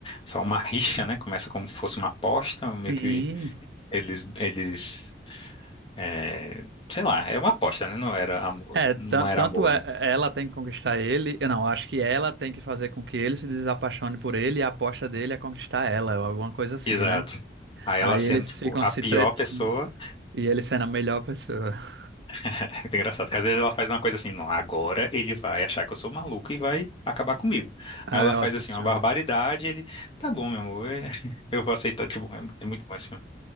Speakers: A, on the left; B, on the right.
A: só uma rixa, né? Começa como se fosse uma aposta, meio
B: Sim,
A: que eles, eles, é, sei lá, é uma aposta, né? Não era amor,
B: É, tan-
A: não era
B: tanto
A: amor,
B: é-
A: né?
B: ela tem que conquistar ele, eu não, acho que ela tem que fazer com que ele se desapaixone por ele e a aposta dele é conquistar ela, ou alguma coisa assim,
A: Exato.
B: né?
A: Aí ela
B: Aí
A: sendo,
B: eles
A: tipo,
B: ficam
A: a
B: se
A: pior
B: tretando
A: pessoa. <laughs>
B: e ele sendo a melhor pessoa. <laughs>
A: É muito engraçado, porque às vezes ela faz uma coisa assim, não, agora ele vai achar que eu sou maluco e vai acabar comigo.
B: Ah,
A: Aí ela
B: É
A: faz
B: ótimo
A: assim,
B: esse
A: uma
B: filme.
A: barbaridade, ele, tá bom, meu amor, <laughs> eu vou aceitar, tipo, é é muito bom esse filme.